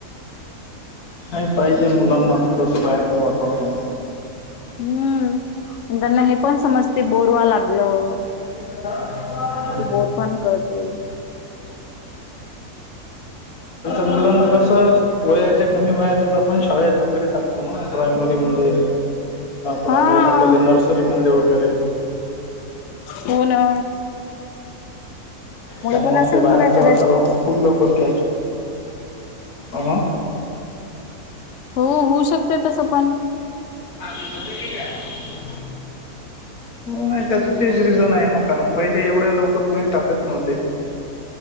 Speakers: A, on the left; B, on the left.
A: नाही पाहिजे मुलांना थोडस बाहेरचं वातावरण
B: हम्म आणि त्यांना हे पण समज ते बोरवा लागलं
A: ह
B: बोर पण करते
A: मुलांना कस वयाच्या कमी वयातच आपण शाळेत वगैरे टाकतो ना प्रायमरी मध्ये प्रायमरी
B: हा
A: म्हटलं ते नर्सरीमध्ये वगैरे
B: हो ना
A: त्यामुळे
B: पण असेल
A: ते बाहेरच
B: म्हणा कदाचित
A: वातावरण खूप लवकर क अ
B: हो होऊ शकते तसं पण
A: ह हो नाही त्याचं तेच रिझन आहे ना कारण पहिले एवढ्या लवकर कोणी टाकत नव्हते